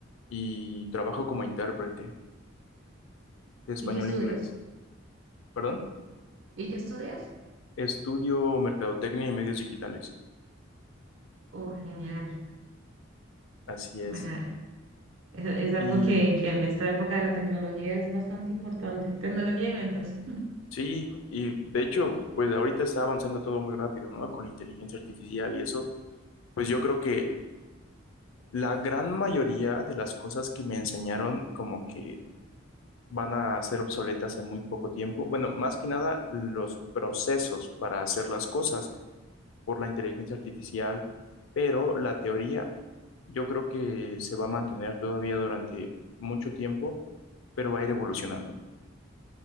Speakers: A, on the left; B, on the right.
A: y trabajo como intérprete de español
B: ¿Y qué estudias?
A: e inglés. ¿Perdón?
B: ¿Y qué estudias?
A: Estudio mercadotecnia y medios digitales.
B: Oh, genial.
A: Así es.
B: Bueno, es, es algo
A: Y
B: que, que en esta época de la tecnología es bastante importante. Tecnología y ventas.
A: sí, y de hecho, pues ahorita está avanzando todo muy rápido, ¿no? Con la inteligencia artificial y eso, pues yo creo que la gran mayoría de las cosas que me enseñaron como que van a ser obsoletas en muy poco tiempo. Bueno, más que nada los procesos para hacer las cosas por la inteligencia artificial, pero la teoría yo creo que se va a mantener todavía durante mucho tiempo, pero va a ir evolucionando.